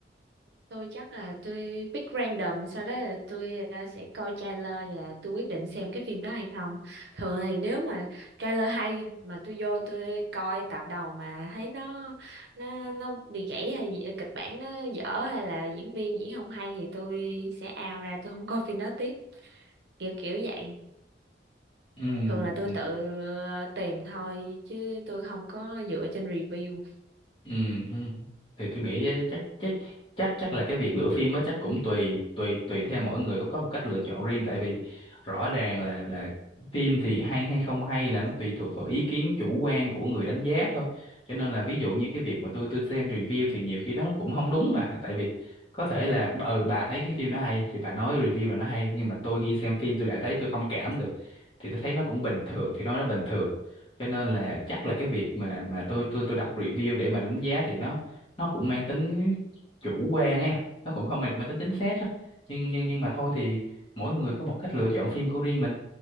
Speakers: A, on the right; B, on the left.
A: tôi chắc là tôi pick random sau đó là tôi ờ, sẽ coi trailer và tôi quyết định xem cái phim đó hay không thường thì nếu mà trailer hay mà tôi vô tôi coi tập đầu mà thấy nó nó nó bị gãy hay gì ờ, kịch bản nó dở hay là diễn viên diễn không hay thì tôi sẽ out ra tôi không coi phim đó tiếp kiểu kiểu vậy
B: ừ
A: thường là tôi tự ờ, tìm thôi chứ tôi không có dựa trên review
B: Ừ, hừ. thì tôi nghĩ chắc chắc chắc chắc là cái việc lựa phim nó chắc cũng tùy tùy tùy theo mỗi người có có một cách lựa chọn riêng tại vì rõ ràng là là phim thì hay hay không hay là nó tùy thuộc vào ý kiến chủ quan của người đánh giá thôi cho nên là ví dụ như cái việc mà tôi tôi xem review thì nhiều khi nó cũng không đúng bà tại vì có thể là ừ bà thấy cái phim nó hay thì bà nói review là nó hay nhưng mà tôi khi xem phim tôi lại thấy tôi không cảm được thì tôi thấy nó cũng bình thường thì nó nó bình thường cho nên là chắc là cái việc mà mà tôi tôi tôi đọc review để mà đánh giá thì nó nó cũng mang tính chủ quan ấy nó cũng không mang mang tính chính xác á nhưng nhưng nhưng mà thôi thì mỗi người có một cách lựa chọn phim của riêng mình